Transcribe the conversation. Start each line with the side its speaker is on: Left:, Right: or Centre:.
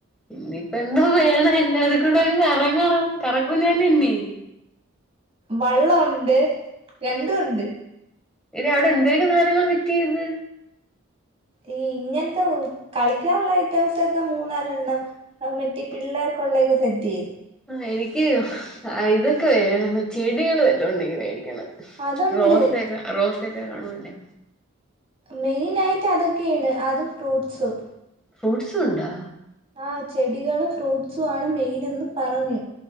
Centre: ഇനിയിപ്പ എന്തോ വേണം എല്ലാരും കൂടെ കറങ്ങ കറങ്ങൂലാലോ ഇന്നീ
Right: വള്ളം ഉണ്ട് രണ്ടും
Centre: ആഹ്
Right: ഉണ്ട്
Centre: എടി അവിടെ എന്തൊരെക്കെ സധനങ്ങള് ഫിറ്റ് ചെയ്ത്
Right: ഈ ഇങ്ങനത്തെ കളിക്കാനുള്ള ഐറ്റംസ് ഒക്കെ മൂന്നാല് എണ്ണം അത് മറ്റേ പിള്ളേർക്കുള്ളൊക്കെ സെറ്റ് ചെയ്ത്
Centre: ആഹ് എനിക്ക് ഇതൊക്കെ ചെടികള് വല്ലൊണ്ടെങ്കിൽ മേടിക്കണം
Right: അതുണ്ട്
Centre: റോസ് ഒക്കെ റോസ് ഒക്കെ കാണുവല്ലേ
Right: മെയിന് ആയിട്ട് അതൊക്കെയാണ് അതും ഫ്രൂട്ട്സും
Centre: ഫ്രൂട്ട്സും ഉണ്ടാ
Right: ആഹ് ചെടികളും ഫ്രൂട്ടസും ആണ് മെയിൻന്ന് പറഞ്ഞു